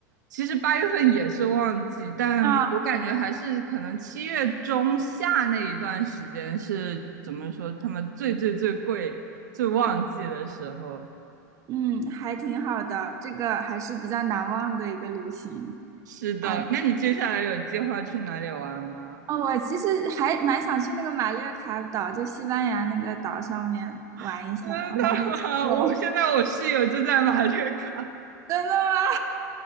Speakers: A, on the right; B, on the right.
A: 其实八月份也是旺季，但我感觉还是可能七月中下那一段时间是怎么说，
B: 啊，
A: 他们最最最贵、最旺季的时候。
B: 嗯嗯，还挺好的，这个还是比较难忘的一个旅行
A: 是的，
B: 啊。
A: 那你接下来有计划去哪里玩吗？
B: 哦，我其实还蛮想去那个马略卡岛，就西班牙那个岛上面玩一下，
A: <laughs> 真的吗？
B: 我还没去过。
A: 我现在我室友就在马略卡，
B: <laughs> 真的吗？